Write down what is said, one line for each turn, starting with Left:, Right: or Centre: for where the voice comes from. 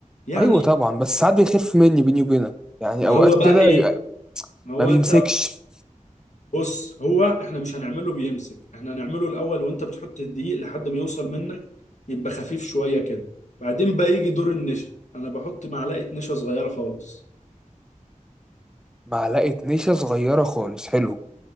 Left: يعني
Centre: ايوه طبعا بس ساعات بيخف مني بيني وبينك يعني
Left: ما
Centre: اوقات
Left: هو
Centre: كده
Left: بقى ايه
Centre: بيبقى
Left: ما هو
Centre: ما بيمسكش
Left: انت بص هو احنا مش هنعمله بيمسك احنا هنعمله الاول وانت بتحط الدقيق لحد ما يوصل منك يبقى خفيف شوية كده بعدين بقى يجي دور النشا انا بحط معلقة نشا صغيرة خالص
Centre: معلقه نشا صغيره خالص حلو